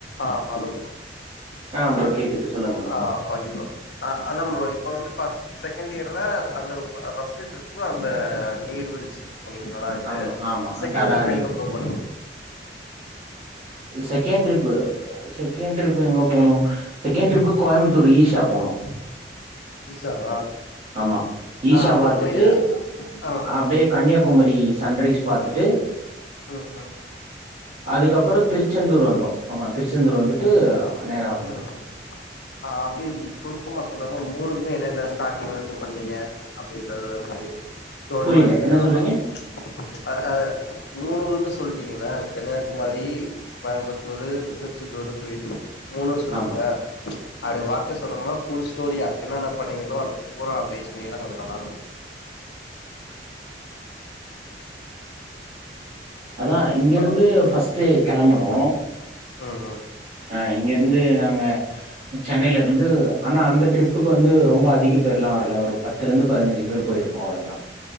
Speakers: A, on the left (about 65°); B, on the right (about 40°).
A: ஆஹ் hello
B: ஆஹ் bro கேக்குது சொல்லுங்க ப்ரோ
A: ஆஹ் ஆயோ ஆஹ் அதாம் ப்ரோ இப்போ வந்து ஃபா செகண்ட்டியர்ல அந்த பா - பஸ்ட்டு டரிப்பு அந்த நீர்வீழ்ச் அது என்னலாய்ட்டு
B: ஆமா ஆமா
A: செக்கெண்
B: தடா
A: ட்ரிப் எங்க போகணு
B: செகேண் ட்ரிப்பு செகேண்ட் ட்ரிப்பு எங்க போனு செகேண் ட்ரிப்பு கோயமுத்தூர் ஈஷா போனோ
A: ஈஷாவா
B: ஆமா ஈஷா
A: ஆ அங்க
B: பாத்துட்டு
A: போய் ஆ
B: அப்டியே கன்னியாகுமரி சன்ரைஸ் பாத்துட்டு
A: உம் உம்
B: அதுக்கப் அப்பறோ திருச்செந்தூர் வந்தோ ஆமா திருச்செந்தூர் வந்துட்டு நேரா வந்துட்டோ
A: உம் ஆஹ் அப்டி இப்பிடி சுருக்குமா சொல்ல மூணுத்துக்கு என்னென்ன ஸ்டாடிங்ல இருந்து பண்ணீங்க அப்டின் றத அப்டியே ஸ்டோரி
B: புரியல
A: மாரி சொல்லிலால
B: என்ன சொல்றீங்க
A: அ ஆஹ் மூணு வந்து சொல்டீங்குள கன்யாகுமாரி கோயம்புத்தூரு திர்ச்செந்தூரு போய் னோ சொன்னீங்கள
B: ஆமா
A: அப்டி வார்த்த சொல்லனுமா ஃபுல் ஸ்டோரியா என்னென்ன பண்ணீங்களோ அத பூரா அப்டியே சொன்னீங்கனா கொஞ்ச நல்லாரு
B: அதா இங்க இருந்து
A: ஹலோ
B: ஃபர்ஸ்ட்டு கெளம்புனோ
A: அஹ் ஹ
B: அஹ் இங்க இருந்து நாங்க சென்னேல இருந்து ஆனா அந்த ட்ரிப்புக்கு வந்து ரொம்ப அதிக பேர்ல்லா வர்ல ஒரு பத்துல இருந்து பதினஞ்சு பேரு போயிருப்போ அவ்ளோதான்